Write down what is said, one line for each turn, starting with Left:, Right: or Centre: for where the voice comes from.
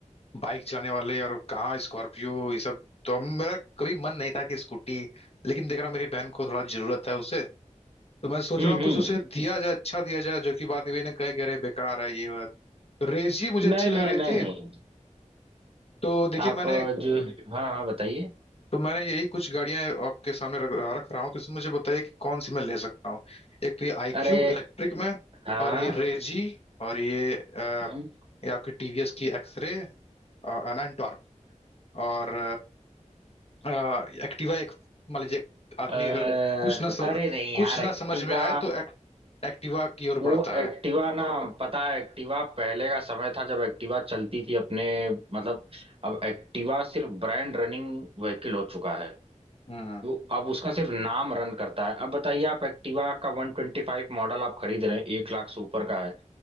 Left: बाइक चलाने वाले और कहाँ स्कॉर्पियो ये सब तो हम मेरा कभी मन नहीं था कि स्कूटी लेकिन देख रहा हूँ मेरी बहन को थोड़ा जरूरत है उसे तो मैं सोच
Right: हम्म
Left: रहा हूँ कुछ
Right: हम्म
Left: उसे <laughs> दिया जाए अच्छा दिया जाए जो कि बाद में ये ना कहे कि अरे बेकार है ये वो है। तो रेस ही मुझे अच्छी
Right: नहीं
Left: लग
Right: नहीं
Left: रही
Right: नहीं
Left: थी <laughs> तो देखिए
Right: आप
Left: मैंने
Right: अ, जो <laughs> हाँ हाँ बताइए
Left: तो मैंने यही कुछ गाड़ियां आपके सामने रख, रख रहा हूँ तो इसमें मुझे बताइए कि कौन सी मैं ले सकता हूँ एक तो ये आई
Right: अरे
Left: क्यूब इलेक्ट्रिक में
Right: हाँ
Left: और ये रेजी और ये अ,
Right: हम्म,
Left: ये आपकी टीवीएस की एक्सरे एंड टॉर्क और आ, एक्टिवा एक मान लीजिए आदमी
Right: अ,
Left: अगर कुछ ना सम,
Right: अरे नहीं
Left: कुछ
Right: यार
Left: ना
Right: एक्टिवा
Left: समझ में आए तो एक, एक्टिवा की ओर
Right: वो
Left: बढ़ता
Right: एक्टिवा
Left: है
Right: ना पता है एक्टिवा पहले का समय था जब एक्टिवा चलती थी अपने मतलब अब एक्टिवा सिर्फ ब्रांड रनिंग व्हीकल हो चुका है
Left: हम्म
Right: वो अब उसका सिर्फ नाम रन करता है अब बताइए आप एक्टिवा का वन ट्वेंटी फाइव मॉडल आप खरीद रहे हैं एक लाख से ऊपर का है